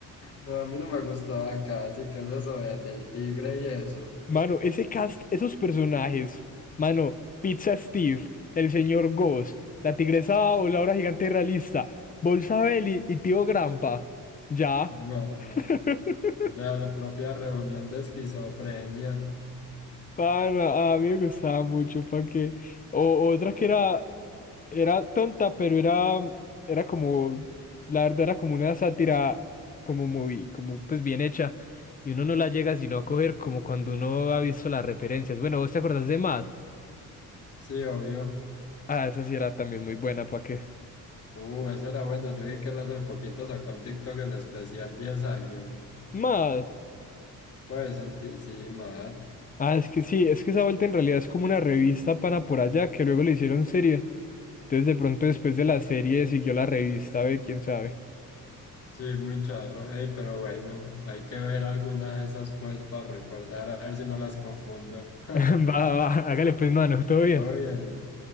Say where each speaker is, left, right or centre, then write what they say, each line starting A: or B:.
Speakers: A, on the left; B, on the left.
A: No, a mí no me gustaba casi, ¿qué es eso de- del tigre y eso?
B: Mano, ese cast, esos personajes, mano, Pizza Steve, el señor Goss, la tigresa o la hora gigante realista, Bolsa Belly y tío Grampa. Ya.
A: No,
B: <laughs>
A: la la propia reunión de esquizofrenia.
B: Para, a mí me gustaba mucho, para que. O otra que era, era tonta, pero era, era como, la verdad era como una sátira, como muy, como pues bien hecha. Y uno no la llega sino a coger como cuando uno ha visto las referencias. Bueno, ¿vos te acordás de Mad?
A: Sí, obvio.
B: Ah, esa sí era también muy buena, ¿para qué?
A: Uh, esa era buena. Yo vi que él hace poquito sacó en TikTok el especial 10 años.
B: Mad.
A: Pues anti- sí, Matt.
B: Ah, es que sí, es que esa vuelta en realidad es como una revista pana por allá que luego le hicieron serie. Entonces de pronto después de la serie siguió la revista, ve, quién sabe.
A: Sí, muy charro. Ey, pero bueno, hay que ver alguna de esas pues para recordar, a ver si no las confundo. <laughs>
B: <laughs> Va, va, acá les pedí manos, ¿todo bien?
A: Todo bien.